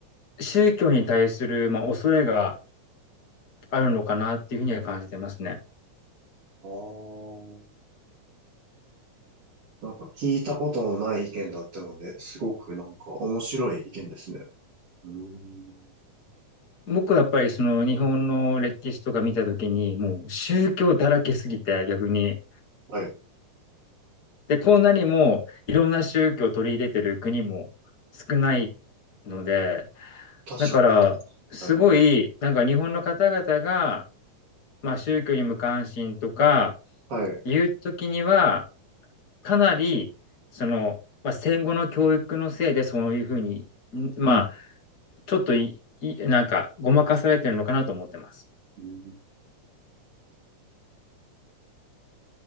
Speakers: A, on the left; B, on the right.
A: 宗教に対する、まあ、恐れがあるのかなっていうふうには感じてますね。
B: ああ。なんか聞いたことのない意見だったので、すごくなんか面白い意見ですね。うーん。
A: 僕はやっぱりその日本の歴史とか見たときに、もう宗教だらけすぎて逆に、
B: はい。
A: で、こんなにもいろんな宗教を取り入れてる国も少ないので、
B: 確かにそうで
A: だから、すごい、
B: すね。
A: なんか日本の方々が、まあ、宗教に無関心とか
B: はい。はい。う
A: いう時には、かなり、その、まあ、戦後の教育のせいでそういうふうに、まあ、ちょっとい、いなんか、ごまかされてるのかなと思ってます。
B: ん。